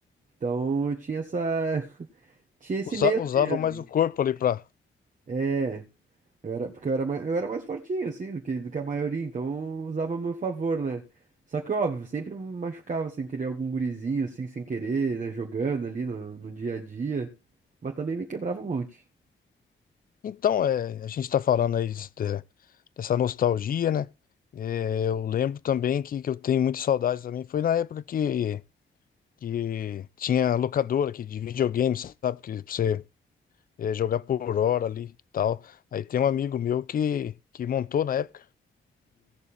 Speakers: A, on the right (about 40°); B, on the left (about 45°).
A: Então, eu tinha essa, <laughs> tinha esse
B: usa-
A: meio
B: usava
A: termo.
B: mais o corpo ali para
A: É, eu era, porque eu era mais, eu era mais fortinho, assim, do que, do que a maioria, então eu usava a meu favor, né? Só que, óbvio, sempre me machucava sem querer algum gurizinho, assim, sem querer, né? Jogando ali no, no dia a dia. Mas também me quebrava um monte.
B: Então, é, a gente está falando aí des- de- dessa nostalgia, né? É, eu lembro também que, que eu tenho muita saudade também. Foi na época que, que tinha locadora aqui de videogame, sabe? Que pra você é, jogar por hora ali e tal. Aí tem um amigo meu que, que montou na época.